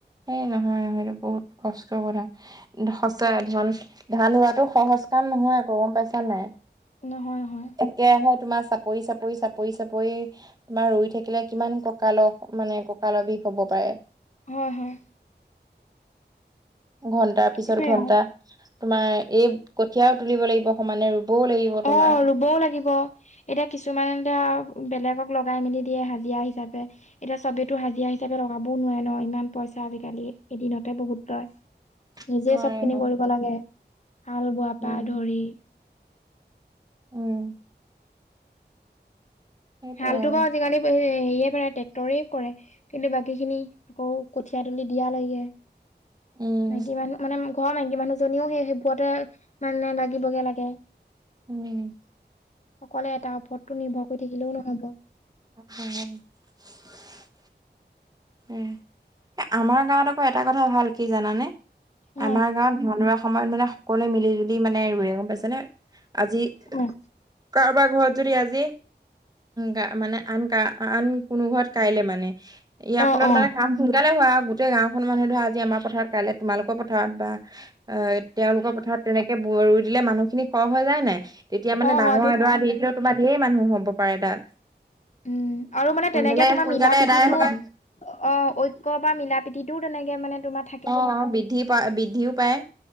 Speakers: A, on the right (about 20°); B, on the left (about 40°).
A: এই নহয় নহয় এইটো বহুত কষ্ট কৰা। সঁচা ধন ধান ৰোৱাতো সহজ কাম নহয় আক গম পাইছা নাই!
B: নহয় নহয়।
A: একেৰাহে তোমাৰ চাপৰি চাপৰি চাপৰি চাপৰি - তোমাৰ ৰুই থাকিলে কিমান ককাল মানে ককালৰ বিষ হব পাৰে।
B: হয় হয়।
A: ঘন্টাৰ পিছত
B: সেইটোৱে
A: ঘন্টা
B: আৰু
A: তোমাৰ এই কঠিয়াও তুলিব লাগিব সমানে ৰুবও লাগিব।
B: অ
A: তোমাৰ
B: ৰুবও লাগিব। এতিয়া কিছুমানে এতিয়া বেলেগক লগাই মেলি দিয়ে হাজিৰা হিচাপে - এতিয়া চবেতো হাজিৰা হিচাপে লগাবও নোৱাৰে ন ইমান পইচা আজিকালি এদিনতে বহুত লয়। নিজে
A: নোৱাৰে
B: চব খিনি
A: আকৌ
B: কৰিব লাগে হাল বোৱা
A: উম
B: পৰা ধৰি -
A: উম। সেইটোৱে
B: হালটো
A: আৰু
B: বাৰু আজিকালি হেৰিয়ে কৰে ট্ৰেক্টৰেই কৰে। কিন্তু বাকী খিনি আকৌ কঠিয়া তুলি দিয়া লেকে।
A: উম
B: মাইকী মানুহ মানে ঘৰৰ মাইকী মানুহজনীও সেই সেইবোৰতে মানে লাগিবগে লাগে।
A: উম।
B: অকলে এটাৰ ওপৰতটো নিৰ্ভৰ কৰি থাকিলেও নহব।
A: <unintelligible> উম, আমাৰ গাঁৱত আকৌ এটা কথা ভাল কি জানানে?
B: হ
A: আমাৰ গাঁৱত ধান ৰুৱাৰ সময়ত মানে সকলোৱে মিলি - জুলি মানে ৰুৱে গম পাইছে নে, আজি -
B: উম।
A: কাৰোবাৰ ঘৰত যদি আজি গা মানে - আন কা আন কোনো ঘৰত কাইলে মানে। ইয়াৰ
B: অ
A: ফলত
B: অ
A: মানে কাম সোনকালে হয় আৰু গোটেই গাঁওখনৰ মানুহ ধৰা আজি আমাৰ পথাৰত কাইলৈ তোমালোকৰ পথাৰত বা- অ তেওঁলোকৰ পথাৰত তেনেকে ভূই ৰুই দিলে মানুহখিনি হৰ হৈ যায় নে নাই? তেতিয়া মানে
B: অ
A: ডাঙৰ
B: হয়তোন
A: এডৰা দি দিলেও তোমাৰ ঢেৰ মানুহ হব পাৰে তাত।
B: উম আৰু মানে
A: সোনকালে
B: তেনেকে তোমাৰ
A: সোনকালে
B: মিলা-প্ৰীতিটো
A: এদাই হয়
B: - অ ঐক্য বা মিলা - প্ৰীতিতোও তেনেকে মানে তোমাৰ -
A: অ, অ, বৃদ্ধি পায় বৃদ্ধিও পায়।